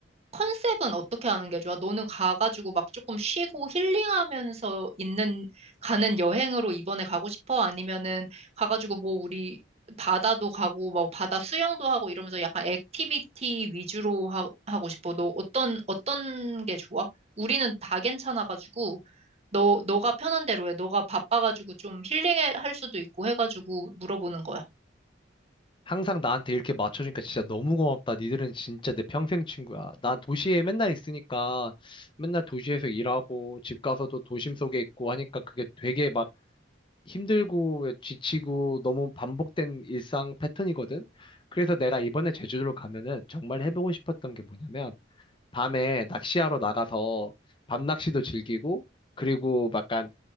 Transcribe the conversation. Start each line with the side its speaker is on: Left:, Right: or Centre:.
Right: 컨셉은 어떻게 하는 게 좋아? 너는 가가지고 막 조금 쉬고 힐링하면서 있는, 가는 여행으로 이번에 가고 싶어? 아니면은 가가지고 뭐 우리 바다도 가고, 뭐 바다 수영도 하고 이러면서 약간 액티비티 위주로 하, 하고 싶어? 너 어떤, 어떤 게 좋아? 우리는 다 괜찮아가지고, 너, 너가 편한 대로 해. 너가 바빠가지고 좀 힐링할 수도 있고 해가지고 물어보는 거야.
Left: 항상 나한테 이렇게 맞춰주니까 진짜 너무 고맙다. 니들은 진짜 내 평생 친구야. 난 도시에 맨날 있으니까 맨날 도시에서 일하고 집 가서도 도심 속에 있고 하니까 그게 되게 막 힘들고 지치고 너무 반복된 일상 패턴이거든. 그래서 내가 이번에 제주도로 가면은 정말 해보고 싶었던 게 뭐냐면 밤에 낚시하러 나가서 밤낚시도 즐기고 그리고 약간